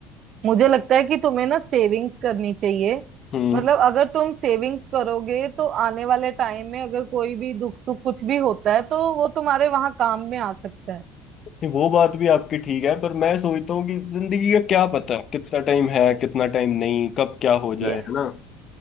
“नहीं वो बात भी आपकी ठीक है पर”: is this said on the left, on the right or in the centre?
Left